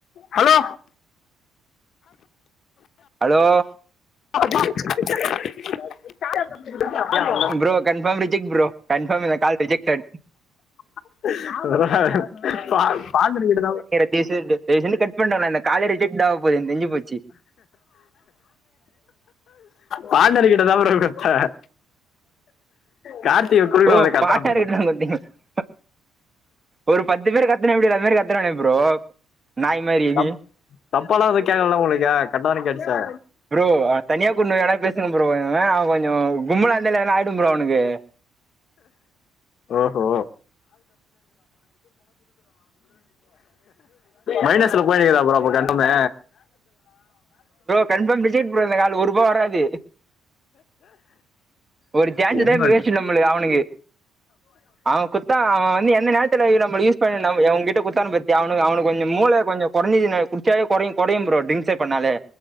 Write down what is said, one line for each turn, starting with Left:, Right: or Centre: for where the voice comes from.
Left: hello
Right: hello
Left: <inaudible> <inaudible>
Right: bro confirm reject bro confirm இந்த கால் ரிஜெக்டட்
Left: <unintelligible>
Right: தைவு செய்து தைவு செய்து கட் பண்ண நானு இந்த காலே ரிஜெட் ஆக போது எனக் தெரிஞ்சு போச்சு
Left: பார்ட்னர் கிட்ட தா ப்ரோ குத்தன் கார்த்தி குட்னு
Right: ஓ
Left: அது கப்பறோன்
Right: <unintelligible> ஒரு பத்து பேர் கத்துன எப்டி அது மாரி கத்துனாங்க ப்ரோ நாய் மாதிரி
Left: தப் தப்பாலா எது கேக்கலல உங்களுக்கு கரெக்டா தான கேட்டுச்சு
Right: ப்ரோ அவ தனியா கூட்னு போய் வேனா பேசுங்க ப்ரோ அவ கொஞ்சோ கும்பளா இருந்தாலே எதனா ஆயிடு ப்ரோ அவனுக்கு
Left: ஓஹோ மைனஸ்ல போயினுகிதா ப்ரோ அப்ப கன் அம்மே
Right: கன்பாம் ரிஜெக்ட் ப்ரோ இந்த கால் ஒருபா வராது ஒரு சான்ஸ்
Left: என்ன
Right: தா இப்ப வேஸ்ட்டு நம்மளு அவனுக்கு அவ குத்தா அவ வந்து எந்த நேரத் துல நம்மல யூஸ் பண்ணிட் நம் எவ உங்கிட்ட குத்தானு பாத்தியா அவனு கொஞ்ச மூள கொஞ்சோ கொறஞ்சுச்சுனா குட்ச்சாவே கொறையு கொடையு ப்ரோ டிங்சே பண்ணலே